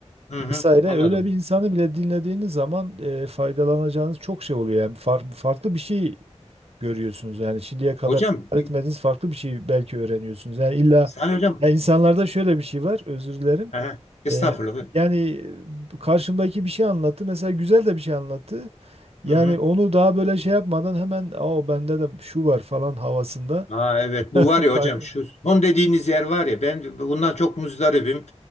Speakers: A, on the left; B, on the right.
A: hı hı,
B: vesaire
A: anladım.
B: öyle bir insanı bile dinlediğiniz zaman e, faydalanacağınız çok şey oluyor. Yani far- farklı bir şey görüyorsunuz. Yani şimdiye kadar
A: Hocam,
B: etmediğiniz
A: bir-
B: farklı bir şey belki öğreniyorsunuz. Yani illa
A: Salih hocam.
B: ya insanlarda şöyle bir şey var. Özür dilerim.
A: Aha, estağfurullah.
B: E,
A: Buyurun.
B: yani e, karşımdaki bir şey anlattı. Mesela güzel de bir şey anlattı. Yani
A: Hı hı.
B: onu daha böyle şey yapmadan hemen o bende de şu var falan havasında
A: Ha evet bu
B: <laughs>
A: var ya
B: Kay-
A: hocam şu son dediğiniz yer var ya ben bundan çok muzdaribim.